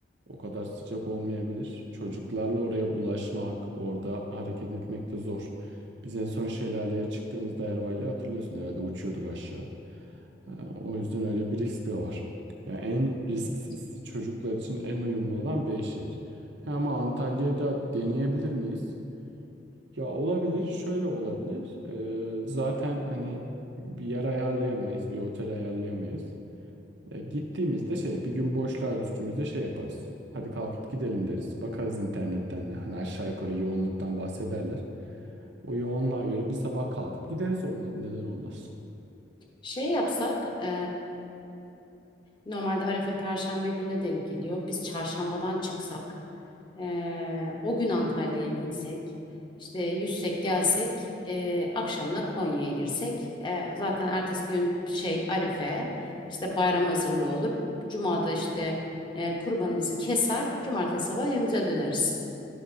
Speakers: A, on the right; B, on the left.
A: O kadar sıcak olmayabilir. Çocuklarla oraya ulaşmak, orada hareket etmek de zor. Biz en son şelaleye çıktığımızda Erva'yla hatırlıyorsun herhalde uçuyorduk aşağı. Ee, O yüzden öyle bir risk de var. Ya en risksiz
B: Hmm.
A: çocuklar için en uyumlu olan Beyşehir. Ha, Ama Antalya'da deneyebilir miyiz? Ya olabilir, şöyle olabilir. Ee, zaten hani bir yer ayarlayamayız, bir otel ayarlayamayız. E, gittiğimizde şey, bir gün boşluğa düştüğümüzde şey yaparız. Hadi kalkıp gidelim deriz. Bakarız internetten de. Hani aşağı yukarı yoğunluktan bahsederler. O yoğunluğa göre bir sabah kalkıp gideriz olmadı. Neden olmasın?
B: Şey yapsak, e, normalde Arife Perşembe gününe denk geliyor. Biz çarşambadan çıksak. Ee, o gün Antalya'ya insek, işte yüzsek gelsek, e, akşamına Konya'ya girsek. E, zaten ertesi gün şey Arife, işte bayram hazırlığı olur. Cuma'da işte e, kurbanımızı keser, cumartesi sabah evimize döneriz.